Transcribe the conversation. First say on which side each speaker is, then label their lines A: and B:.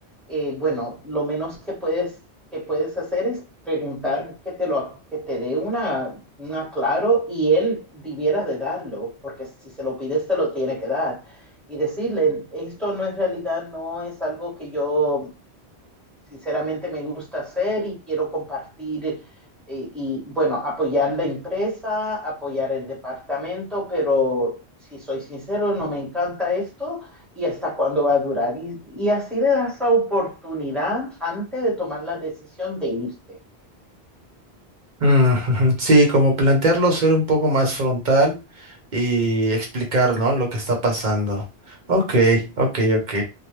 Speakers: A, in the centre; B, on the right (about 50°).
A: eh, bueno, lo menos que puedes, que puedes hacer es preguntar que te lo, que te dé una, un aclaro y él debiera de darlo, porque si se lo pides, te lo tiene que dar y decirle, esto no es realidad, no es algo que yo sinceramente me gusta hacer y quiero compartir eh, y bueno, apoyar la empresa, apoyar el departamento, pero si soy sincero, no me encanta esto y hasta cuándo va a durar. Y, y así le das la oportunidad antes de tomar la decisión de irte.
B: Mm, ujú. Sí, como plantearlo, ser un poco más frontal y explicar, ¿no? Lo que está pasando. Ok, ok, ok.